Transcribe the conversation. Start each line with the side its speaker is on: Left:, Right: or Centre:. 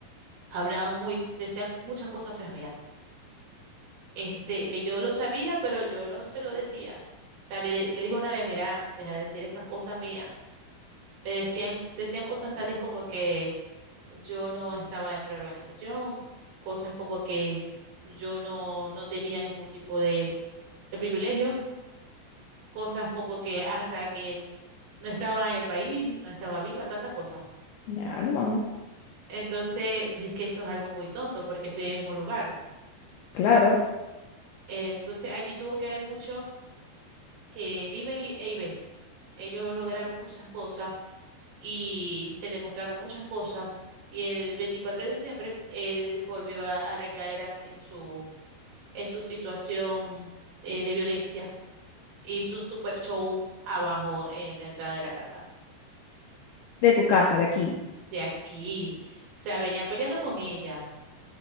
Right: hablaban muy, decían muchas cosas feas mías. Este, ve, yo lo sabía, pero yo no se lo decía. O sea, le, le dije una vez, mira, deja de decir esas cosas mías Le decían, decían cosas tales como que yo no estaba dentro de la organización, cosas como que yo no, no tenía ningún tipo de, de privilegios, cosas como que hasta que no estaba en el país, no estaba viva, tantas cosas.
Left: Mi alma,
Right: Entonces, pero es que eso es algo muy tonto porque estoy en el mismo lugar.
Left: claro.
Right: Eh, Entonces, allí tuvo que haber mucho eh, Niven y EIB. Ellos lograron muchas cosas y se demostraron muchas cosas y el 24 de diciembre él volvió a, a recaer a- en su, en su situación eh, de violencia. Hizo un super show abajo en la entrada de la casa,
Left: De tu casa, de aquí.
Right: de aquí. O sea, venía peleando con ella